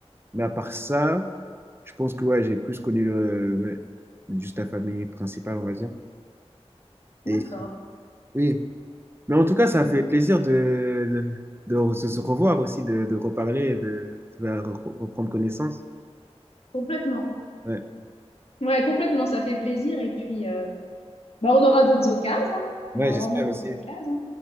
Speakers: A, on the right (about 20°); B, on the left (about 65°).
A: Mais à part ça, je pense que ouais, j'ai plus connu le, ouais, juste la famille principale, on va dire.
B: D'accord.
A: Et oui, mais en tout cas, ça
B: Mm.
A: fait plaisir de, de, de se se revoir aussi, de, de reparler, et de, de re- reprendre connaissance.
B: Complètement.
A: Ouais,
B: Ouais, complètement, ça fait plaisir. Et puis, euh, bah, on aura d'autres occasions. hein.
A: ouais,
B: On aura
A: j'espère
B: vraiment d'autres
A: aussi.
B: occasions.